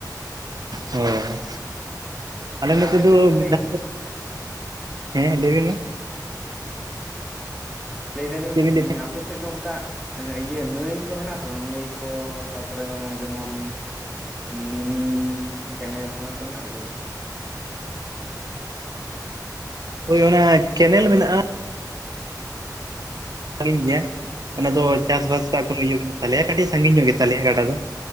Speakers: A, on the right; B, in the centre.
A: ᱦᱚᱸ᱾ ᱟᱞᱮ
B: ᱟᱪᱪᱷᱟ
A: ᱱᱚᱛᱮ
B: ᱟᱯᱮ
A: ᱫᱚ
B: ᱥᱮᱫ ᱛᱟᱦᱚᱞᱮ
A: ᱢᱤᱫ ᱫᱷᱟᱣ ᱫᱚ, ᱦᱮᱸ ᱞᱟᱹᱭ ᱵᱤᱱ ᱢᱟ᱾
B: ᱞᱟᱹᱭ ᱫᱟᱞᱤᱧ
A: ᱪᱮᱫ ᱵᱤᱱ ᱞᱟᱹᱭᱮᱫ ᱛᱟᱦᱮᱸᱫ?
B: ᱟᱯᱮ ᱥᱮᱫ ᱫᱚ ᱚᱱᱠᱟ ᱟᱱᱮ ᱤᱭᱟᱹ ᱱᱟᱹᱭ ᱠᱚ ᱦᱮᱱᱟᱜ-ᱟ ᱥᱮ ᱵᱟᱝ ᱱᱟᱹᱭ ᱠᱚ ᱛᱟᱨᱯᱚᱨᱮ ᱢᱟᱱᱮ ᱡᱮᱢᱚᱱ ᱢᱤᱱᱤ ᱠᱮᱱᱮᱞ ᱚᱱᱟ ᱠᱚ ᱦᱮᱱᱟᱜ ᱟᱥᱮ ᱵᱟᱝ?
A: ᱦᱳᱭ ᱚᱱᱟ ᱠᱮᱱᱮᱞ ᱢᱮᱱᱟᱜ-ᱟ᱾ ᱥᱟᱸᱜᱤᱧ ᱜᱮᱭᱟ, ᱚᱱᱟ ᱫᱚ ᱪᱟᱥ ᱵᱟᱥ᱾ <unintelligible> ᱠᱟᱹᱴᱤᱡ ᱥᱟᱺᱜᱤᱧ ᱧᱚᱜ ᱜᱮ ᱛᱟᱞᱮᱭᱟ ᱜᱟᱰᱟ ᱫᱚ